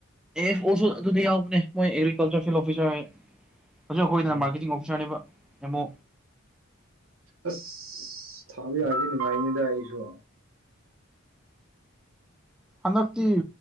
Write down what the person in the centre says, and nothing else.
ꯑꯦꯐ ꯑꯣꯁꯣ ꯑꯗꯨꯗꯤ ꯌꯥꯎꯕꯅꯦ ꯃꯣꯏ ꯑꯦꯒ꯭ꯔꯤꯀꯜꯆꯔ ꯐꯤꯜ ꯑꯣꯐꯤꯁꯥꯔ ꯍꯧꯛ ꯑꯩꯈꯣꯏꯗꯅ
ꯃꯥꯔꯀꯦꯇꯤꯡ ꯑꯣꯐꯤꯁꯥꯔꯅꯦꯕ ꯌꯦꯃꯣ
ꯍꯅꯀꯁꯤ